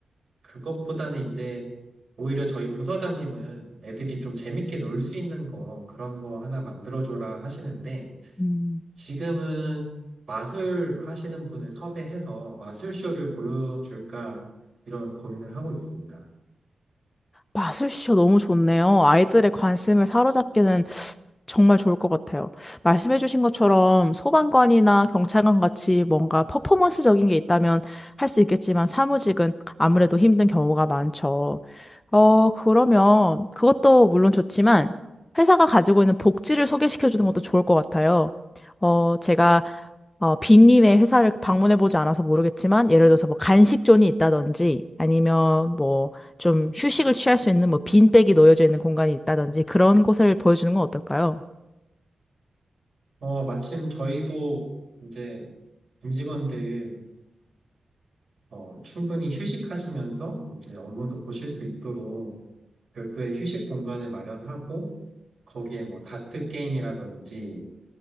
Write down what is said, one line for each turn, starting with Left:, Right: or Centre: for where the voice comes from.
Right: 그것보다는 이제 오히려 저희 부서장님은 애들이 좀 재밌게 놀 수 있는 거 그런 거 하나 만들어줘라 하시는데
Left: 음.
Right: 지금은 마술 하시는 분을 섭외해서 마술쇼를 보여줄까 이런 고민을 하고 있습니다.
Left: 마술쇼 너무 좋네요. 아이들의 관심을 사로잡기는 정말 좋을 것 같아요. 말씀해주신 것처럼 소방관이나 경찰관 같이 뭔가 퍼포먼스적인 게 있다면 할 수 있겠지만 사무직은 아무래도 힘든 경우가 많죠. 어, 그러면 그것도 물론 좋지만 회사가 가지고 있는 복지를 소개시켜주는 것도 좋을 것 같아요. 어, 제가 어, 빈님의 회사를 방문해보지 않아서 모르겠지만, 예를 들어서 뭐 간식존이 있다든지, 아니면 뭐 좀 휴식을 취할 수 있는 뭐 빈백이 놓여져 있는 공간이 있다든지 그런 곳을 보여주는 건 어떨까요?
Right: 어, 마침 저희도 이제 임직원들이 어, 충분히 휴식하시면서 이제 업무도 보실 수 있도록 별도의 휴식 공간을 마련하고 거기에 뭐 다트 게임이라든지